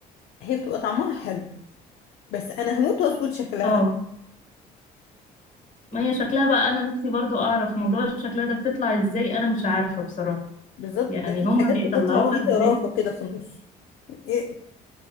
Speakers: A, on the left; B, on the left.
A: هي بتبقى طعمها حلو بس أنا هموت وأظبط شكلها
B: اه ما هي شكلها بقى انا نفسي برضو اعرف موضوع شكلها ده بتطلع ازاي انا مش عارفة بصراحة
A: بالظبط
B: يعني
A: ده في
B: هما
A: حاجات
B: بيطلعوها
A: بتطلع فيه زرافة
B: ازاي
A: كده في النص <laughs> إيه؟